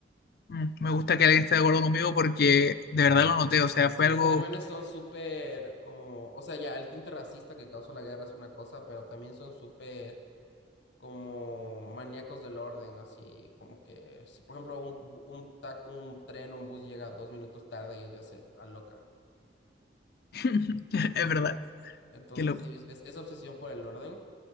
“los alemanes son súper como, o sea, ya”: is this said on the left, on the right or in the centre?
Left